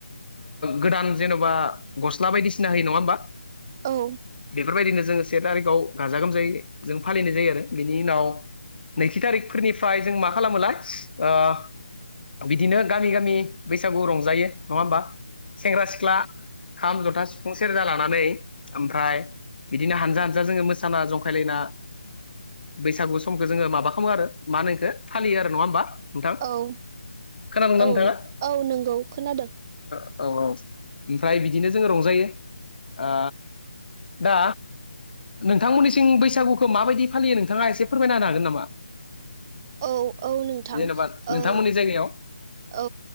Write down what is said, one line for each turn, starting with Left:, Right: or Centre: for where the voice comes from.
Left: गोदान जेन'बा गस बायदिसिना होयो नङा हबा
Right: औ
Left: बेफोरबायदिनो जों से थारिखआव गाजा गोमजायै जों फालिनाय जायो आरो बिनि उनाव नैथि थारिखफोरनिफ्राय जों मा खालामोलाय ओ बिदिनो गामि गामि बैसागु रंजायो नङा होमबा सेंग्रा-सिख्ला खाम, जथा, सिफुं, सेर जालानानै ओमफ्राय बिदिनो हानजा हानजा जोङो मोसाना जंखायलायना बैसागु समखौ जोङो माबा खालामो आरो मा होनखो फालियो आरो नङा होमबा। नोंथां
Right: औ
Left: खोनादोंना
Right: औ
Left: नोंथाङा
Right: औ नंगौ खोनादों
Left: औ औ ओमफ्राय बिदिनो जोङो रंजायो ओ दा नोंथांमोननिसिम बैसागुखौ माबायदि फालियो नोंथाङा एसे फोरमायना होनो हागोन नामा?
Right: औ औ नोंथां
Left: जेनेबा नोंथांमोननि
Right: ओ
Left: जायगायाव
Right: औ